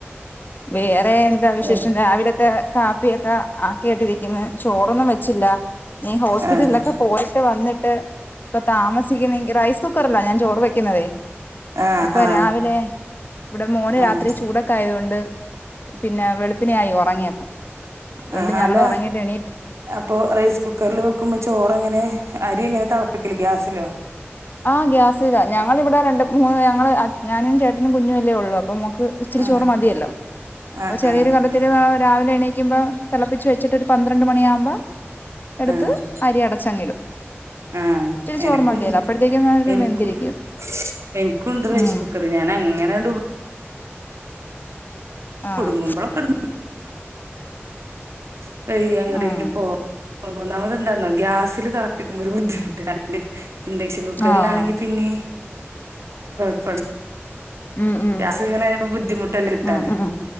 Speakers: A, on the left; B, on the right.
A: വേറെ എന്താ വിശേഷം
B: ഉം
A: രാവിലെ ദേ കാപ്പിയൊക്കെ ആക്കിയിട്ടിരിക്കിന്ന് ചോറൊന്നും വെച്ചില്ല ഇനി ഹോസ്പിറ്റലൊക്കെ
B: ആഹ്
A: പോയിട്ട് വന്നിട്ട് ഇപ്പ താമസിക്കിന്നുവെങ്കി റൈസ് കുക്കറിലാ ഞാൻ ചോറ് വെക്കുന്നതേ
B: ആഹ്
A: അപ്പൊ
B: ആഹ്
A: രാവിലെ ഇവിടെ മോന്
B: ആഹ്
A: രാത്രി ചൂടൊക്കെ ആയതുകൊണ്ട് പിന്നെ വെളുപ്പിനെ ആയി ഉറങ്ങിയപ്പം അതുകൊണ്ട്
B: ആ
A: ഞങ്ങൾ
B: അല്ല
A: ഉറങ്ങിയിട്ട് എണീറ്റ്
B: അപ്പൊ റൈസ് കുക്കറിൽ വെക്കുമ്പോ ചോറ് എങ്ങനെ അരി എങ്ങനെ തിളപ്പിക്കല് ഗ്യാസിലോ
A: ആ ഗ്യാസിലാ ഞങ്ങൾ ഇവിടെ രണ്ട് മൂന്ന് ഞങ്ങള് ഞാനും ചേട്ടനും കുഞ്ഞും അല്ലേ ഉള്ളൂ അപ്പൊ ഇച്ചിരി
B: ആഹ്
A: ചോറ് മതിയല്ലോ അപ്പൊ
B: ആഹ്
A: ചെറിയൊരു
B: ആഹ്
A: കലത്തില്
B: ആഹ്
A: രാവിലെ എണ്ണി തിളപ്പിച്ച് വെച്ചിട്ട് ഒരു പന്ത്രണ്ട് മണിയാകുമ്പോ എടുത്ത്
B: ആഹ്
A: അരി അടച്ചങ്ങിടും
B: ആഹ്
A: ഇച്ചിരി ചോറ്
B: എനക്കുണ്ട്
A: മതിയല്ലോ അപ്പോഴത്തേക്കും നല്ല
B: എനിക്കും
A: വെന്തിരിക്കും
B: എനിക്കുണ്ട് റൈസ്
A: ഉം
B: കുക്കർ ഞാൻ അങ്ങനണ്ട് <unintelligible>
A: ആഹ്
B: <unintelligible> എവിടെങ്കിലും
A: ആഹ്
B: പോ ഒന്നാമത്എന്താണോ ഗ്യാസിൽ തിളപ്പിക്കുമ്പോ ഒരു ബുദ്ധിമുട്ട് <unintelligible> ഇൻഡക്ഷൻ കുക്കറിലാണെങ്കിൽ
A: ആഹ് ആഹ്
B: പിന്നെ <unintelligible>
A: ഉം ഉം
B: രാത്രിയിൽ ഇങ്ങനെ ബുദ്ധിമുട്ടല്ലേ കിട്ടാന്
A: ഉം ഉം